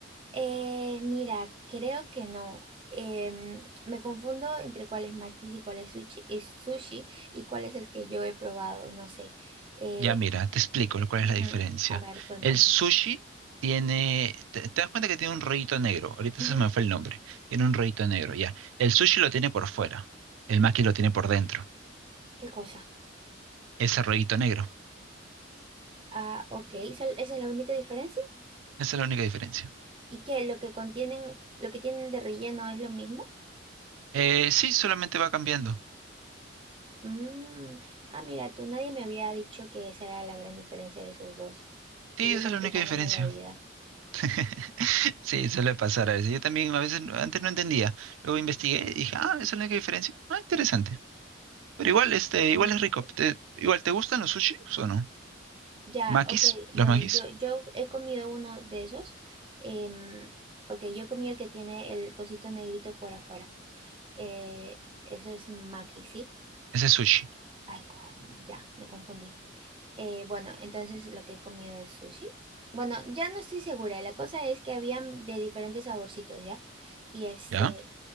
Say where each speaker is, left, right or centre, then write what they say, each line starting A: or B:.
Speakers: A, on the right; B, on the right.
A: Eh, mira, creo que no. Em, me confundo entre cuál es Makis y cuál es sushi, es sushi y cuál es el que yo he probado, no sé. Eh,
B: Ya mira, te explico lo- cuál es
A: ujú,
B: la diferencia.
A: A ver, cuéntame.
B: El sushi tiene, te, te das cuenta que tiene un rollito negro. Ahorita
A: Ujú,
B: se me fue el nombre. Tiene un rollito negro, ya. El sushi lo tiene por fuera. El maki lo tiene por dentro.
A: ¿Qué cosa?
B: Ese rollito negro.
A: Ah, ok, ¿esa esa es la única diferencia?
B: Esa es la única diferencia.
A: ¿Y qué? ¿Lo que contienen, lo que tienen de relleno es lo mismo?
B: Eh, sí, solamente va cambiando.
A: Mm, Ah, mira, tú nadie me había dicho que esa era la gran diferencia de esos dos.
B: Sí,
A: Y
B: esa
A: yo complicándome
B: es la única diferencia.
A: la vida.
B: <laughs> Sí, suele pasar a veces. Yo también a veces no- antes no entendía. Luego investigué y dije, ah, esa es la única diferencia. Ah, interesante. Pero
A: Ok,
B: igual, este,
A: ya
B: igual
A: no investigué.
B: es rico. Te- igual, ¿te gustan los sushis o no?
A: Ya,
B: Makis,
A: ok,
B: los
A: bueno,
B: makis,
A: yo, yo he comido uno de esos. em, ok, yo comí el que tiene el cosito negrito por afuera. Eh, eso es maki, ¿sí?
B: ese es sushi,
A: Ay, con- ya, me confundí. Eh, bueno, entonces lo que he comido es sushi. Bueno, ya no estoy segura. La cosa es que había de diferentes saborcitos, ¿ya? Y este,
B: ¿ya?